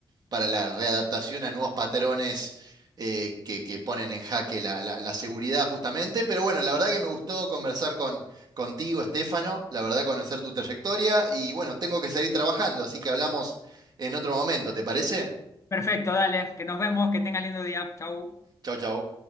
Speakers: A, on the right (about 50°); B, on the left (about 35°).
A: para la readaptación a nuevos patrones eh, que, que ponen en jaque la, la- la seguridad justamente. Pero bueno, la verdad que me gustó conversar con, contigo, Estefano, la verdad conocer tu trayectoria y bueno, tengo que seguir trabajando, así que hablamos en otro momento, ¿te parece?
B: Perfecto, dale, que nos vemos, que tenga lindo día. Chau.
A: Chau, chau.